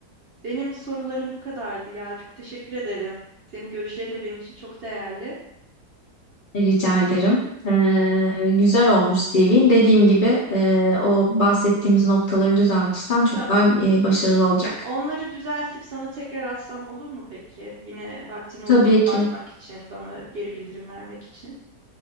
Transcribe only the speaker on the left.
Rica ederim. Ee, güzel olmuş CV'in. Dediğim gibi e, o bahsettiğimiz noktaları düzeltirsen çok
daha e, başarılı olacak.
Tabii
ki,